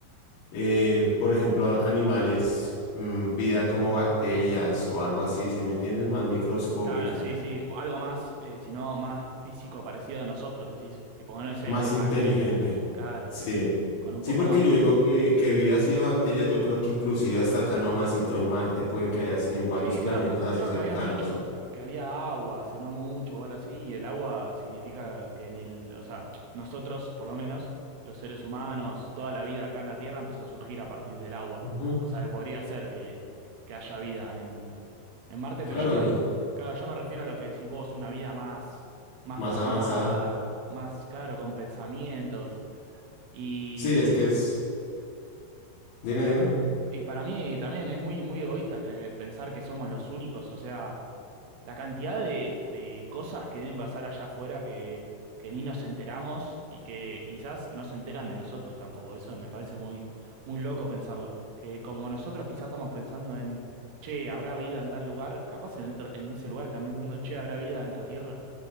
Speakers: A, on the left; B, on the right.
A: eh, por ejemplo, animales, mm, vida como bacterias o algo así, si me entiendes, más microscópica,
B: Claro, sí, sí, o algo más, eh, si no más físico parecido a nosotros, decís, tipo, no sé,
A: más
B: una
A: inteligente.
B: bacteria. Claro
A: Sí.
B: con un
A: Sí,
B: poco
A: porque
B: más
A: yo digo que, que vida así de bacterias, yo creo que inclusive hasta acá nomasito en Marte puede que haya así en varios
B: Sí,
A: planetas
B: creo que,
A: así
B: creo
A: cercanos.
B: que habían dicho que, que había agua, hace no mucho o algo así, y el agua significa que en el, o sea, nosotros, por lo menos, los seres humanos, toda la vida acá en la Tierra empezó a surgir a partir del agua.
A: Ujú,
B: O sea, que podría ser que, que haya vida en, en Marte,
A: Claro,
B: pero yo me,
A: y
B: re- claro, yo me refiero a lo que decís vos, una vida más, más
A: más
B: formada,
A: avanzada.
B: más, claro, con pensamientos. Y,
A: Sí, es que es, dime,
B: y, pa-
A: dime.
B: y para mí también es muy, muy egoísta creer- pensar que somos los únicos, o sea la cantidad de, de cosas que deben pasar allá afuera que, que ni nos enteramos y que quizás no se enteran de nosotros tampoco. Eso me parece muy, muy loco pensarlo. Que como nosotros quizás estamos pensando en, che, habrá vida en tal lugar, capaz en otro- en ese lugar están pensando, che, habrá vida en la Tierra.